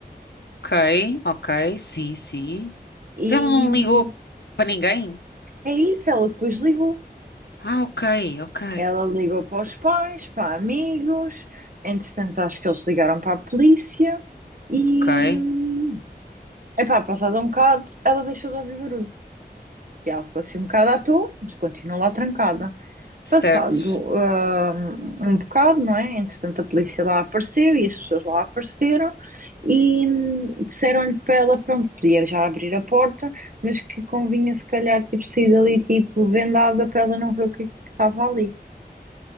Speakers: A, on the left; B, on the right.
A: Ok, ok, sim, sim. Então
B: E
A: Ele não
B: hum,
A: ligou para ninguém?
B: é isso, ela depois ligou.
A: Ah, ok, ok,
B: Ela ligou para os pais, para amigos, entretanto, acho que eles ligaram para a polícia e.
A: ok.
B: hum, Epá, passado um bocado, ela deixou de ouvir barulho. E ela ficou assim um bocado à toa, mas continuou lá trancada.
A: Certo.
B: Passado ah, um bocado, não é? Entretanto, a polícia lá apareceu e as pessoas lá apareceram e hum, disseram-lhe para ela, pronto, podia já abrir a porta, mas que convinha se calhar tipo, sair dali tipo vendada para ela não ver o que é que estava ali.